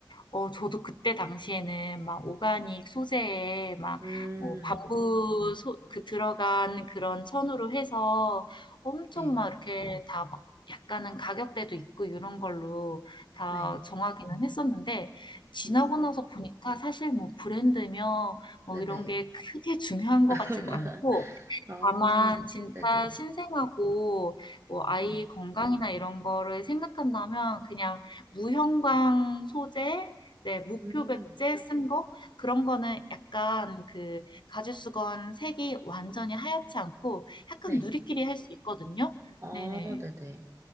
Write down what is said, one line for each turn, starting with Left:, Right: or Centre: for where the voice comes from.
Left: 어 저도 그때 당시에는 막 오가닉 소재에 막
Right: 음,
Left: 뭐 밤부 소 그 들어간 그런 천으로 해서 엄청
Right: 네.
Left: 막 이렇게 다 막 약간은 가격대도 있고 요런 걸로 다
Right: 네.
Left: 정하기는 했었는데 지나고
Right: 음,
Left: 나서 보니까 사실 뭐 브랜드며 뭐
Right: 네네.
Left: 이런 게 크게 중요한 것
Right: <laughs>
Left: 같진 않고
Right: 아,
Left: 다만 진짜
Right: 네 네.
Left: 신생하고 뭐 아이
Right: 네.
Left: 건강이나 이런 거를 생각한다면 그냥 무형광 소재 네 무표백제
Right: 음,
Left: 쓴 거 그런 거는 약간 그 가죽수건 색이 완전히 하얗지 않고 약간
Right: 네.
Left: 누리끼리 할 수 있거든요.
Right: 아,
Left: 네네.
Right: 네네.